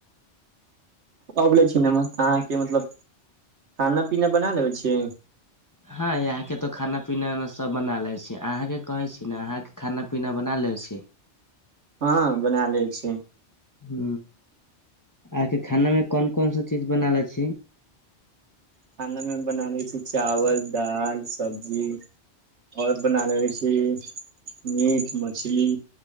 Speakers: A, on the right; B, on the left.
A: ابولے ن آ کے مطلب کھانا پیین بنا ل چ <unintelligible>
B: ہاں یہاں کے تو کانا پین سب بنا لیے سے اہاں کے کہی ت نا آ کے کانا پین بنا لی سے
A: ہاں بنا لی چ
B: ہ آ کے کھانا میں کون کون سا چیز بناالوچ
A: کھانا میں بنانی تھ چاول دال سبزی اور بنا لیی سے میٹ مچھلی